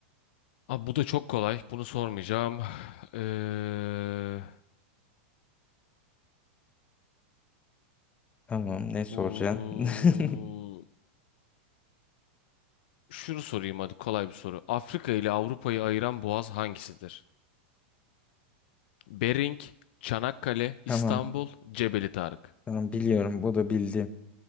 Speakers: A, on the left (about 65°); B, on the left (about 20°).
A: Abi bu da çok kolay. Bunu sormayacağım. <sighs> Ee,
B: Tamam ne soracaksın?
A: Oo,
B: <laughs>
A: şunu sorayım hadi kolay bir soru. Afrika ile Avrupa'yı ayıran boğaz hangisidir? Bering, Çanakkale,
B: Tamam
A: İstanbul, Cebeli Tarık.
B: tamam biliyorum bu da bildim.